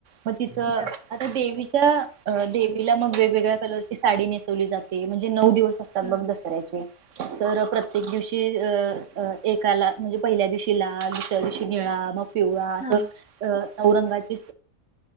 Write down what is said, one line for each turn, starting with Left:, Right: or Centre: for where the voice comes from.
Right: मग तिथ आता
Centre: बर
Right: देवीच्या देवीला मग वेगवेगळ्या कलरची साडी जाते म्हणजे नऊ दिवस ब
Centre: हा
Right: करायचे तर प्रत प्रत्येक दिवशी अ एकाला म्हणजे पहिल्या दिवशी ला दुसऱ्या दिवशी निळा मग पिवळा असं
Centre: हा
Right: अ नरंगाचे